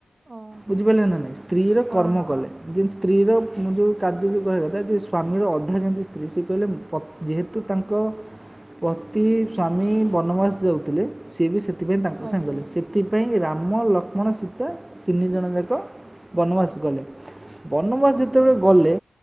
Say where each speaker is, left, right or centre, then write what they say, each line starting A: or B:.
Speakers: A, on the right; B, on the right.
A: ଓହୋ।
B: ବୁଝିପାରିଲେ ନା ନାଇଁ? ସ୍ତ୍ରୀ ର
A: ହଁ
B: କର୍ମ
A: ହଁ
B: କଲେ।
A: ହଁ,
B: ଯେ ସ୍ତ୍ରୀର ମୁଁ ଯେଉଁ କାର୍ଯ୍ୟ କୁ କୁହାଗଲା ଯେ ସ୍ୱାମୀର ଅଧା ଯେମିତି ସ୍ତ୍ରୀ ସିଏ କହିଲେ ପ ଯେହେତୁ ତାଙ୍କ ପତି ସ୍ୱାମୀ ବନବାସ ଯାଉଥିଲେ ସିଏ ବି ସେ ଥିପାଇଁ ତାଙ୍କୁ
A: ଆଜ୍ଞା
B: ସାଙ୍ଗରେ ସେ ସେଥିପାଇଁ ରାମ ଲକ୍ଷ୍ମଣ ସୀତା ତିନି ଜଣ ଯାଙ୍କ ବନବାସ ଗଲେ। ବନବାସ
A: ଆଜ୍ଞା
B: ଯେତେବେଳେ ଗଲେ